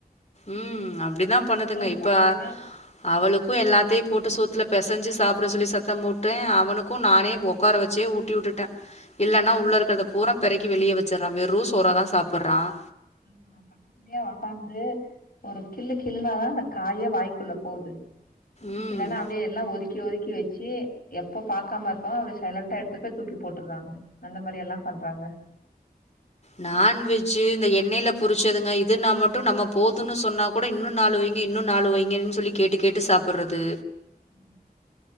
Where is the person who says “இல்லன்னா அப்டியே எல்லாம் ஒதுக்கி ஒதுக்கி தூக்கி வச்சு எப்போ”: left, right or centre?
Left